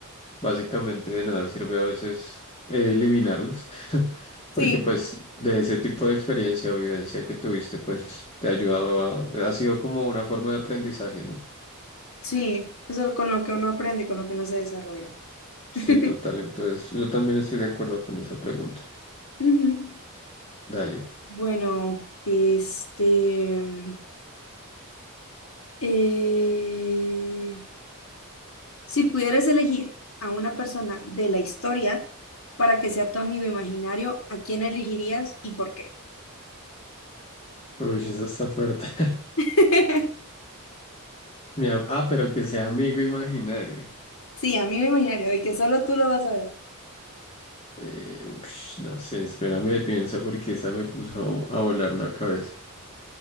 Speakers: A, on the left (about 25°); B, on the left (about 65°).
A: básicamente de nada sirve a veces eh, eliminarlos, <laughs>
B: Sí,
A: porque pues de ese tipo de experiencia o vivencia que tuviste, pues te ha ayudado a, ha sido como una forma de aprendizaje, ¿no?
B: sí, eso es con lo que uno aprende, con lo que uno se desarrolla.
A: Sí,
B: <laughs>
A: total. Entonces, yo también estoy de acuerdo con esa pregunta.
B: Ujú.
A: Dale.
B: Bueno, este, eh, si pudieras elegir a una persona de la historia para que sea tu amigo imaginario, ¿a quién elegirías y por qué?
A: Uy, eso está fuerte. <laughs>
B: <laughs>
A: Mi am- ah, pero que sea amigo imaginario.
B: Sí, amigo imaginario, de que solo tú lo vas a ver.
A: Eh, ush, no sé, espérame, pienso porque esa me puso a volar la cabeza.